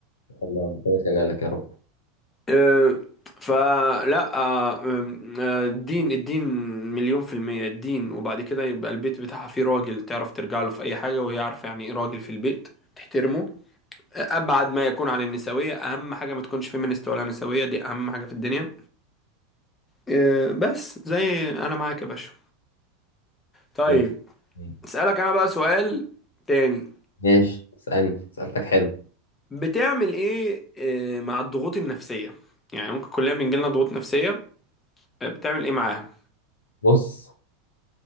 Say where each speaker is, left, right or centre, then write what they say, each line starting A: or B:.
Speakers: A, on the left; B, on the left.
A: الله ربنا يخليك يا رب
B: أه، فلا أه، أه، الدين الدين مليون في المية الدين وبعد كده يبقى البيت بتاعها فيه راجل تعرف ترجع له في أي حاجة وهي عارفة يعني إيه راجل في البيت تحترمه أبعد ما يكون عن النسوية أهم حاجة ما تكونش فيمينيست ولا نسوية دي أهم حاجة في الدنيا إيه، بس زي أنا معاك يا باشا طيب
A: مم. مم.
B: أسألك أنا بقى سؤال تاني
A: ماشي اسألني سألتك حلو
B: بتعمل إيه إيه، مع الضغوط النفسية يعني ممكن كلنا بنجيلنا ضغوط نفسية إيه، بتعمل إيه معاها
A: بص